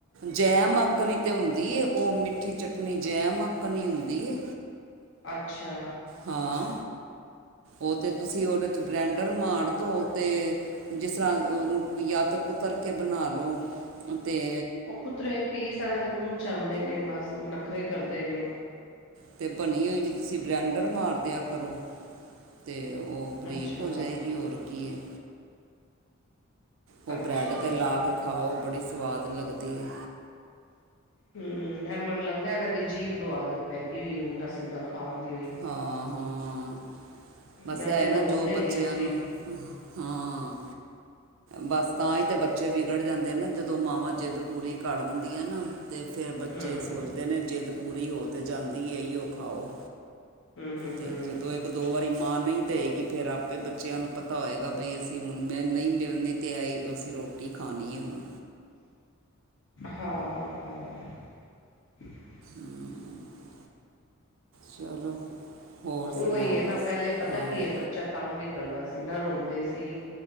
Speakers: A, on the right (about 70°); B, on the left (about 60°).
A: ਜੈਮ ਆੱਕਣ ਈ ਤੇ ਹੁੰਦੀ ਐ ਉਹ ਮਿੱਠੀ ਚਟਨੀ, ਜੈਮ ਆੱਕਣ ਈ ਹੁੰਦੀ ਐ
B: ਅੱਛਾ
A: ਹਾਂ ਉਹ ਤੇ ਤੁਸੀਂ ਔਦੇ ਤੇ ਬਰੈਂਡਰ ਮਾਰ ਦੋ, ਤੇ ਜਿਸ ਤਰ੍ਹਾਂ ਉਹਨੂੰ ਯਾ ਤੇ ਕੁਤਰ ਕੇ ਬਣਾ ਲਉ ਅਤੇ
B: ਉਹ ਕੁਤਰੇ ਪੀਸ ਏਨਾ ਦੇ ਮੂੰਹ ਚ ਆਉਂਦੇ ਨੇ, ਬਸ ਨਖਰੇ ਕਰਦੇ ਨੇ
A: ਅਤੇ ਬਣੀ ਹੋਈ ਚ ਤੁਸੀਂ ਬ੍ਰੈਂਡਰ ਮਾਰ ਦਿਆ ਕਰੋ, ਤੇ ਉਹ ਬਰੀਕ
B: ਅੱਛਾ
A: ਹੋ ਜਾਏਗੀ ਹੋਰ ਕੀ ਹੈ ਉਹ
B: ਅੱਛਾ
A: ਬ੍ਰੈਡ
B: ਅੱਛਾ
A: ਤੇ ਲਾ ਕੇ ਖਾਓ, ਬੜੀ ਸਵਾਦ ਲੱਗਦੀ ਐ
B: ਹੂ, ਐ ਮੈਨੂੰ ਲੱਗਦਾ ਇਹਨਾਂ ਦੀ ਜੀਭ ਨੂੰ ਆਦਤ ਪੈ ਗਈ ਹੋਈ ਹੈ, ਉਲਟਾ ਸਿੱਧਾ ਖਾਣ ਦੀ ਹੋਈ।
A: ਹਾਂ ਹਾਂ ਬਸ
B: ਜਾਂ
A: ਇਹ
B: ਤੇ
A: ਏ
B: ਰੋਣ
A: ਨਾ ਜੋ
B: ਦੇ
A: ਬੱਚਿਆਂ
B: ਹੀ ਹੈ ਅਸੀਂ
A: ਨੂੰ ਹਾਂ, ਬਸ ਤਾਂ ਹੀ ਤੇ ਬੱਚੇ ਵਿਗੜ ਜਾਂਦੇ ਨਾ ਜਦੋਂ ਮਾਵਾਂ ਜਿੱਦ ਪੂਰੀ ਕਰ ਦਿੰਦੀ ਆ ਨਾ, ਤੇ ਫਿਰ ਬੱਚੇ
B: ਹੂੰ,
A: ਸੋਚਦੇ ਨੇ ਜਿੱਦ ਪੂਰੀ ਹੋ ਤੇ ਜਾਂਦੇ ਹੀ ਇਓ ਖਾਓ
B: ਹੂੰ, ਹੂੰ,
A: ਤੇ
B: ਹੂੰ
A: ਜਦੋਂ ਇੱਕ ਦੋ ਵਾਰੀ ਮਾਂ ਨਹੀਂ ਦੇਏਗੀ ਫੇਰ ਆਪੇ ਬੱਚਿਆਂ ਨੂੰ ਪਤਾ ਹੋਏਗਾ, ਬਈ ਅਸੀਂ ਮੈਂ ਨਹੀਂ ਮਿਲਣੀ ਤੇ ਆਈ ਅਸੀਂ ਰੋਟੀ ਖਾਣੀ ਹੈ ਹੁਣ
B: ਹਾਂ ਹਾਂ ਹਾਂ <unintelligible>
A: ਹੂ ਚਲੋ। ਹੋਰ
B: ਉਹੀ
A: ਸੁਣਾਓ
B: ਹੈ ਨਾ
A: ਤੁਸੀਂ?
B: ਪਹਿਲੇ ਪਤਾ
A: ਹਾਂ
B: ਕੀ ਹੈ, ਬੱਚੇ ਬਚਾ ਤੰਗ ਵੀ ਕਰਦਾ ਸੀ ਨਾ ਰੋਂਦੇ ਸੀ,